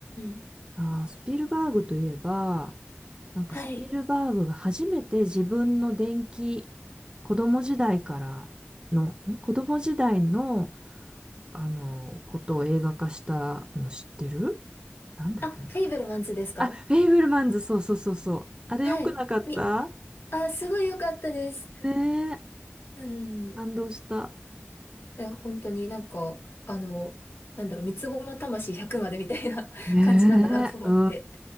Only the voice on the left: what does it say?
ん。
はい。
あ、フェイブルマンズですか
はい。み、あ、すごい良かったです。
うう
ん。いや、本当になんか、あの、なんだろう、三つ子の魂100までみたいな <laughs>
感じなんだなと思って。